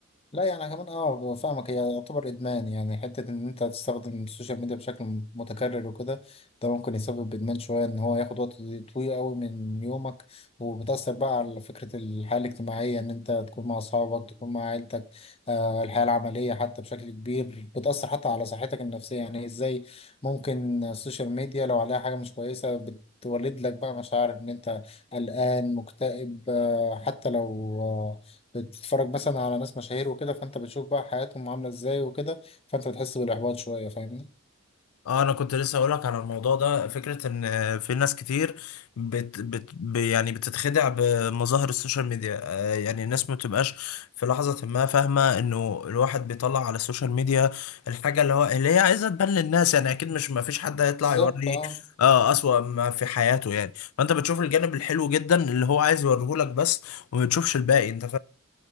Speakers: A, on the left; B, on the left.
A: لا يعني أنا كمان اه فاهمك هي يعتبر ادمان يعني حته ان انت تستخدم السوشيال ميديا بشكل متكرر وكده ده ممكن يسبب ادمان شويه ان هو ياخد وقت طويل قوي من يومك وبتاثر بقى على فكره الحياه الاجتماعيه ان انت تكون مع اصحابك تكون مع عيلتك آه الحياه العمليه حتى بشكل كبير بتاثر حتى على صحتك النفسيه يعني ازاي ممكن السوشيال ميديا لو عليها حاجه مش كويسه بتولد لك بقى مشاعر ان انت قلقان مكتئب آه، حتى لو آه، بتتفرج مثلا على ناس مشاهير وكده فانت بتشوف بقى حياتهم عامله ازاي وكده فانت بتحس بالاحباط شويه فاهمني
B: اه انا كنت لسه اقولك على الموضوع ده فكرة ان آه، في ناس كتير بت بت ب- يعني بتتخدع بمظاهر السوشيال ميديا آه، يعني الناس ما بتبقاش في لحظة ما فاهمة انه الواحد بيطلع على السوشيال ميديا الحاجة اللي هو اللي هي عايزة تبان للناس يعني اكيد مش ما فيش حد هيطلع
A: بالظبط
B: يوري
A: اه
B: اه اسوأ ما في حياته يعني فانت بتشوف الجانب الحلو جدا اللي هو عايز يوريهولك بس وما بتشوفش الباقي انت